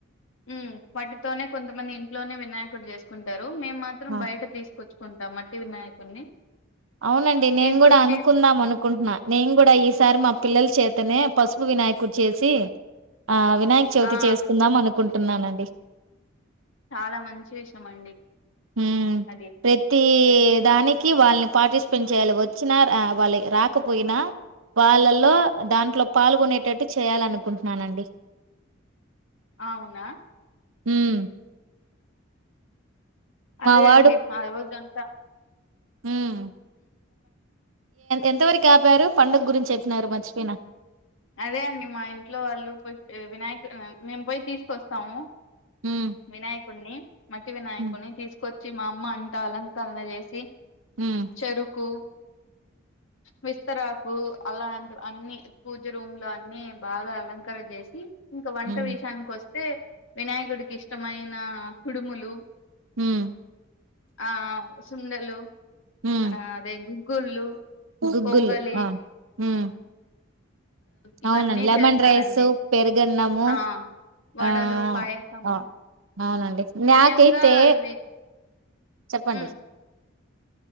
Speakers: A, on the left (about 70°); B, on the right (about 80°).
A: మ్మ్ మటీతోనే కొంచ మనా ఇంట్లోనే వినాయకుడు చేసుకుంటారు మేము మాత్రం
B: ఆ
A: బయట తీసుకొచ్చుకుంటాం మట్టి వినాయకుడిని
B: అవునండి నేను
A: తీసుకొచ్చి
B: కూడా అనుకుందాం అనుకుంటున్నా నేను కూడా ఈసారి మా పిల్లలు చేత అతనే పసుపు వినాయకుడు చేసి ఆ వినాయక్ చవితి
A: ఆ
B: చేసుకుందాం అనుకుంటు టున్నాను అండి
A: చాలా మంచి విషయం అండి
B: హ్మ్
A: అది
B: ప్రతి ఈ దానికి వాళ్ళని పార్టిసిపేంట్ చేయాలి వచ్చినా వాళ్ళ రాకపోయినా వాళ్ళలో దాంట్లో పాల్గొనేటట్టు చేయాలనుకుంటున్నానండి
A: అవునా
B: మ్మ్
A: అదే
B: వాడు
A: అండి ఆ రోజంతా
B: మ్మ్ ఎంతవరకు ఆపారు పండుగ గురించి చెప్పినారు మర్చిపోయిన
A: అదే అండి మా ఇంట్లో వాళ్ళు పో వినాయక మేము పోయి తీసుకొస్తాము
B: హ్మ్
A: వినాయకుడిని మట్టి వినాయకుడిని
B: హ్మ్
A: తీసుకొచ్చి చి మా అమ్మ అంతా అలంకరణ చేసి
B: హ్మ్
A: చెరుకు విస్తరాకు అలాంటి అన్ని పూజ రూమ్ లో అన్ని బాగా అలంకర చేసి ఇంకా వంట
B: హ్మ్
A: విషయానికి వస స్తే వినాయకుడికి ఇష్టమైన కుడుములు
B: హ్మ్
A: ఆ సుందలు
B: హ్మ్
A: ఆ అదే గుగ్గుళ్ళు
B: గుగ్గులు
A: పొంగలి
B: ఆ హ్మ్
A: ఇవన్నీ
B: అవునండి లెమన్
A: చేస్తారండి
B: రైస్ పెరుగన్నము
A: ఆ వడలు
B: ఆ
A: పాయసము
B: ఆ అవునండి
A: ముఖ్యంగా
B: నాకైతే
A: ఇవి
B: చెప్పండి
A: ఉమ్